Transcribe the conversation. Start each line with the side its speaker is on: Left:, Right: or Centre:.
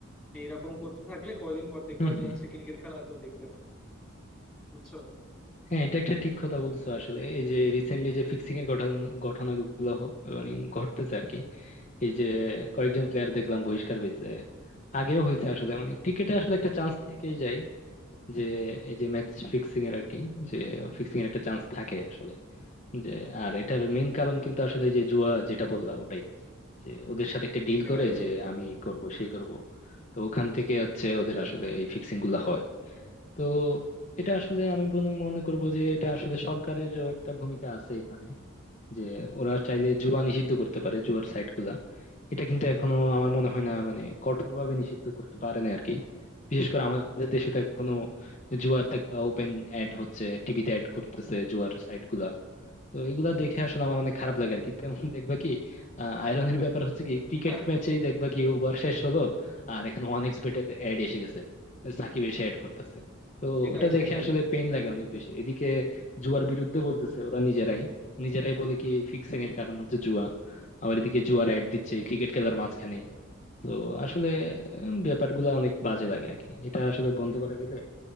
Centre: এইরকম করতে থাকলে কয়দিন পর দেখবা
Left: হুম
Centre: যে
Left: হুম
Centre: হচ্ছে ক্রিকেট খেলা আর কেউ দেখবে না বুঝছো
Left: হ্যাঁ এটা একটা ঠিক কথা বলছো আসলে এই যে রিসেন্টলি যে ফিক্সিং এর ঘটনা ঘটনাগুলো হ- মানে ঘটতেছে আর কি এই যে কয়েকজন প্লেয়ার দেখলাম বহিষ্কার হয়েছে আগেও হয়েছে আসলে মানে ক্রিকেটে আসলে একটা চান্স থেকেই যায় যে এই যে ম্যাচ ফিক্সিং এর আর কি যে ফিক্সিং এর একটা চান্স থাকে আসলে যে আর এটার মেইন কারণ কিন্তু আসলে এই যে জুয়া যেটা বললাম ওটাই যে ওদের সাথে একটা ডিল
Centre: সেটাই
Left: করে
Centre: বন্ধু
Left: যে আমি এই করব সে করব তো ওখান থেকে হচ্ছে ওদের আসলে এই ফিক্সিং গুলা হয় তো এটা আসলে আমি বন- মনে করব যে এটা আসলে সরকারেরও একটা ভূমিকা আছে এখানে যে ওরা চাইলে জুয়া নিষিদ্ধ করতে পারে জুয়ার সাইট গুলা এটা কিন্তু এখনো আমার মনে হয় না মানে কঠোর ভাবে নিষিদ্ধ করতে পারে না আরকি বিশেষ করে আমাদের দেশে তো এখনো জুয়ার দেখবা ওপেন অ্যাড হচ্ছে টিভিতে অ্যাড করতেছে জুয়ার সাইট গুলা তো এগুলা দেখে আসলে আমার অনেক খারাপ লাগে আর কি তেমন দেখবা কি আয়রনের ব্যাপার হচ্ছে কি ক্রিকেট
Centre: <laughs>
Left: ম্যাচেই দেখবা কি ওভার শেষ হলো আর এখানে ওয়ান এক্স বেটের অ্যাড এসে গেছে সাকিব এসে অ্যাড করতেছে তো
Centre: সেটাই
Left: ওটা
Centre: সেটাই
Left: দেখে আসলে পেইন লাগে অনেক বেশি এদিকে জুয়ার বিরুদ্ধে বলতেছে ওরা নিজেরাই নিজেরাই বলে কি ফিক্সিং এর কারণ হচ্ছে জুয়া আবার এদিকে জুয়ার অ্যাড দিচ্ছে ক্রিকেট খেলার মাঝখানেই তো আসলে উম, ব্যাপারগুলো অনেক বাজে লাগে আর কি এটা আসলে বন্ধ করা গেলে